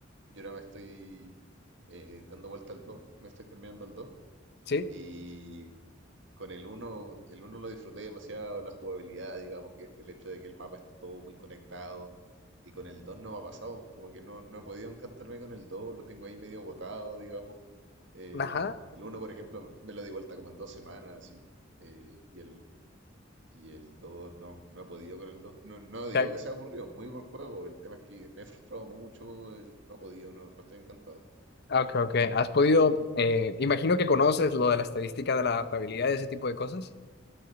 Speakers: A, on the right; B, on the left.
A: yo ahora me estoy eh, dando vuelta al 2, me estoy terminando el dos
B: sí,
A: Y Con el uno, el uno lo disfruté demasiado, la jugabilidad, digamos, que el hecho de que el mapa esté todo muy conectado. Y con el 2 no me ha pasado, como que no, no he podido encantarme con el 2, lo tengo ahí medio botado, digamos. Eh,
B: ajá.
A: el uno, por ejemplo, me lo di vuelta como en dos semanas y, eh, y el, y el 2 no, no he podido con el 2. No, no digo
B: Ca-
A: que sea aburrido, muy buen juego. El tema es que me he frustrado mucho, eh, no he podido, no, no estoy encantado.
B: Ok, ok. ¿Has podido, eh, imagino que conoces lo de la estadística de la adaptabilidad y ese tipo de cosas?